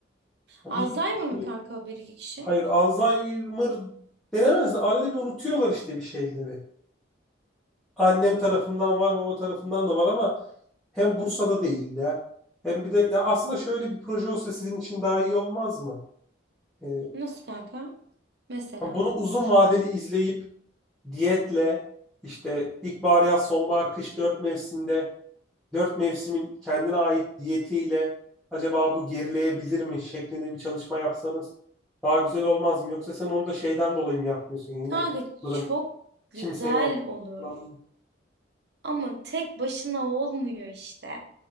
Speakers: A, in the centre; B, on the right (about 55°).
A: Yani
B: Alzheimer
A: bir kişi,
B: mı kanka o bir iki kişi?
A: hayır Alzheimer denemez de arada bir unutuyorlar işte bir şeyleri. Annem tarafından var, baba tarafından da var ama hem Bursa'da değiller. Hem bir de ya aslında şöyle bir proje olsa sizin için daha iyi olmaz mı? Ee,
B: Nasıl kanka? Mesela.
A: bunu uzun vadeli izleyip diyetle işte ilkbahar, yaz, sonbahar, kış dört mevsimde dört mevsimin kendine ait diyetiyle acaba bu gerileyebilir mi şeklinde bir çalışma yapsanız daha güzel olmaz mı? Yoksa sen onu da şeyden dolayı mı yapmıyorsun? Yani
B: Kanka
A: yine tek kalırım,
B: çok güzel
A: kimse yok
B: olur.
A: falan. mı?
B: Ama tek başına olmuyor işte.